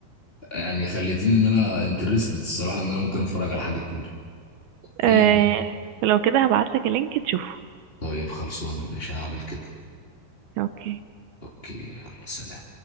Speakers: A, on the left; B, on the right.
A: يعني خليتيني ان انا انترستد الصراحه ان انا ممكن اتفرج على حاجه كوري اوكي
B: آه، فلو كده هبعت لك اللينك تشوفه
A: طيب خلصونا مش هعمل كده
B: اوكي
A: اوكي يلا سلام